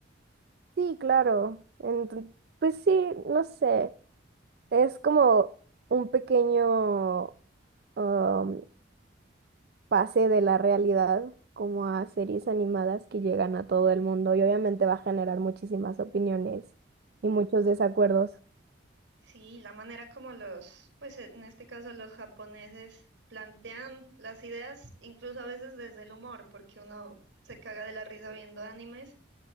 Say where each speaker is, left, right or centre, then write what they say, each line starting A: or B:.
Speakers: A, on the right; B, on the right.
A: sí, claro. Enton- pues sí, no sé. Es como un pequeño um, pase de la realidad como a series animadas que llegan a todo el mundo y obviamente va a generar muchísimas opiniones y muchos desacuerdos.
B: Sí, la manera como los, pues en este caso los japoneses plantean las ideas, incluso a veces desde el humor, porque uno se caga de la risa viendo animes,